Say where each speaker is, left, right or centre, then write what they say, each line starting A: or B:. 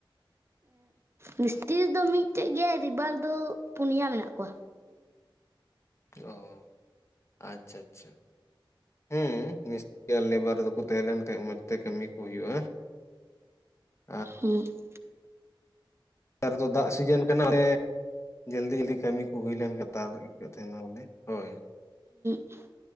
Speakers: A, on the right (about 30°); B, on the left (about 30°).
A: ᱢᱤᱥᱛᱨᱤ ᱫᱚ ᱢᱤᱫᱴᱮᱡ ᱜᱮ, ᱟᱨ ᱨᱮᱵᱟᱨ ᱫᱚ ᱯᱩᱱᱭᱟ ᱢᱮᱱᱟᱜ ᱠᱚᱣᱟ ᱾
B: ᱚ ᱟᱪᱪᱷᱟ ᱟᱪᱪᱷᱟ ᱾ ᱦᱩᱸ ᱢᱤᱥᱛᱨᱤ ᱟᱨ ᱞᱮᱵᱟᱨ ᱨᱮ ᱫᱚᱠᱚ ᱛᱟᱦᱮᱸ ᱞᱮᱱ ᱠᱷᱟᱡ ᱢᱚᱡᱽ ᱛᱮ ᱠᱟᱹᱢᱤ ᱠᱚ ᱦᱩᱭᱩᱜᱼᱟ ᱾ <inaudible>
A: ᱦᱩᱸ ᱾
B: ᱱᱮᱛᱟᱨ ᱫᱚ ᱫᱟᱜ ᱥᱤᱡᱤᱱ ᱠᱟᱱᱟ ᱨᱮ, ᱡᱚᱞᱫᱤ ᱡᱚᱞᱫᱤ ᱠᱟᱹᱢᱤ ᱠᱚ ᱦᱩᱭ ᱞᱮᱱ ᱠᱟᱛᱟᱞᱮ ᱠᱟᱛᱮ ᱦᱚᱸ <unintelligible> ᱦᱳᱭ ᱾
A: <inaudible>